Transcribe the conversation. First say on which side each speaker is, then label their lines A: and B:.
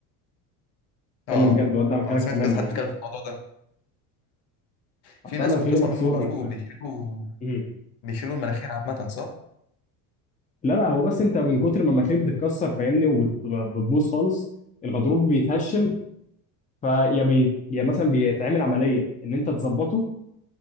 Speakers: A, on the left (about 60°); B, on the left (about 15°).
A: اه
B: اتكلم بجد ودع مناخيرك
A: انا سمعت
B: تماما
A: كذا
B: يعني
A: حد بيتكلم في الموضوع ده
B: اصل
A: في
B: أنا
A: ناس
B: مناخيري
A: كنت بسمع
B: مكسوره
A: منهم بيقولوا
B: انت فاهم
A: بيشيلوا
B: مم.
A: بيشيلوا المناخير عامه صح
B: لا لا هو بس انت من كتر ما المناخير بتتكسر فاهمني وبتبوظ خالص الغضروف بيتهشم فيا بي... يا مثلا بيتعمل عمليه ان انت تظبطه